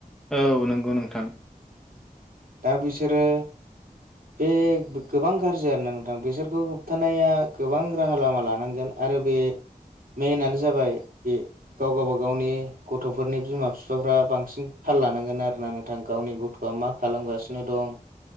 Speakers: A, in the centre; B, on the right.
A: औ नंगौ नोंथां।,
B: दा बिसोरो बे गोबां गाज्रि आरोोना नोंथां बेसोरखौ होबथानाया गोबां राहा लामा लानांगौ आरो बे मेननो जाबाय बे गाव गावबा गावनि गथ'फोरनि बिमा बिफाफ्रा बांसिन थाल लानांगोन आरोना नोंथां गावनि गथ' बा मा खालामगासिनो दं